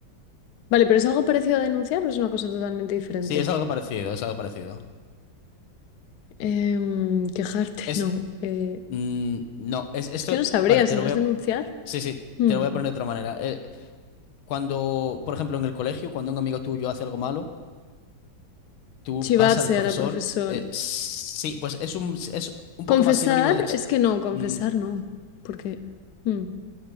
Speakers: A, on the left; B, on the left.
A: Vale, pero ¿es algo parecido a denunciar o es una cosa totalmente diferente?
B: Sí, es algo parecido, es algo parecido.
A: Em, quejarte,
B: Es,
A: <laughs> no. Eh,
B: mm, no, es
A: es
B: esto,
A: que no sabría
B: vale, te
A: si
B: lo
A: no
B: voy
A: es
B: a,
A: denunciar.
B: sí, sí,
A: Hmm.
B: te lo voy a poner de otra manera. Eh, cuando, por ejemplo, en el colegio, cuando un amigo tuyo hace algo malo, tú
A: Chivarse
B: vas al profesor,
A: a la profesor.
B: eh, sí, pues es un, es un
A: Confesar
B: poco más sinónimo de, chi-
A: es que no, confesar
B: mm,
A: no, porque... mm,